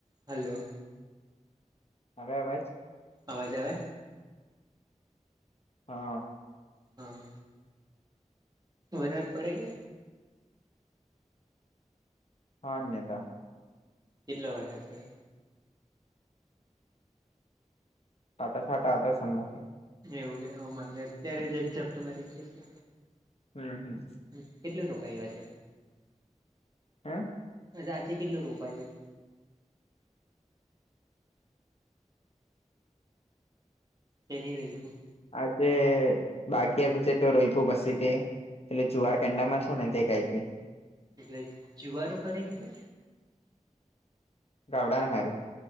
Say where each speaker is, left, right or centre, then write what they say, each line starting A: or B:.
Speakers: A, on the right; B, on the left.
A: Hello.
B: હવે અવાજ.
A: અવાજ આવે.
B: હા.
A: હા બરાર પડે છે.
B: હા અન્યતા.
A: કેટલે વર્યા થોડ
B: ટાટા છાટા હતા સમય
A: એવું કે અમારે અત્યારે જ એકઝપ્ટ મારી ગયા છે.
B: હમ હમ
A: હ કેટલી રોપાઈ વા છે.
B: હા.
A: અ અજ કટલો રોપાયુ. કેની રઈશું.
B: આજે બાકીટલ રઈતું પી વશે તે. એટલે જુવાર કેંડા મારો ને તે કી
A: એટલે જુવારો કરે કે
B: ગવડા હારું